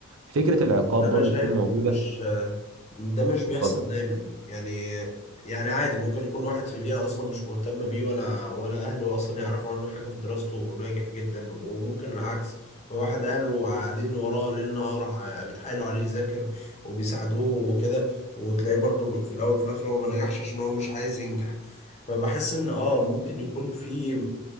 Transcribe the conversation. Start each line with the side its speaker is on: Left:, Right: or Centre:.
Right: فكره العقاب
Left: ده انا
Right: برضو
Left: شايف
Right: تكون موجوده
Left: ان مش ده مش بيحصل
Right: اتفضل
Left: دايما يعني يعني عادي ممكن يكون واحد في بيئة أصلا مش مهتم بيه ولا ولا أهله أصلا يعرفوا عنه حاجة في دراسته وناجح جدا وممكن العكس واحد أهله قاعدين وراه ليل نهار ع- بيتحايلوا عليه يذاكر وبيساعدوه وكده وتلاقيه برضه في الأول وفي الآخر هو ما نجحش عشان هو مش عايز ينجح فبحس إن آه ممكن يكون في